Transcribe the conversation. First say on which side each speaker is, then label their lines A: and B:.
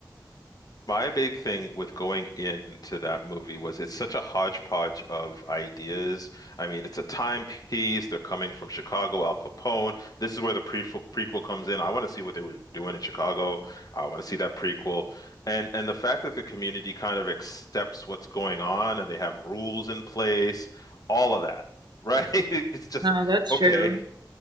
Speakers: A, on the left; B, on the right.
A: My big thing with going into that movie was it's such a hodgepodge of ideas. I mean, it's a timepiece. They're coming from Chicago, Al Capone. This is where the prequel prequel comes in. I want to see what they were doing in Chicago. I want to see that prequel. And and the fact that the community kind of accepts what's going on and they have rules in place, all of that, right? <laughs> It's just
B: No, that's
A: okay.
B: true.